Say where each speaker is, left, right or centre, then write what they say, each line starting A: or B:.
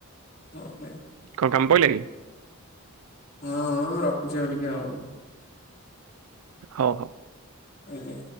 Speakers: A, on the left; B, on the right.
A: ହଁ ଭାଇ।
B: କଣ କାମ ପଇଲା କି?
A: ହଁ ରଖୁଛି ଆଉ ଟିକେ ଆଉ।
B: ହଉ ହଉ।
A: ଆଜ୍ଞା।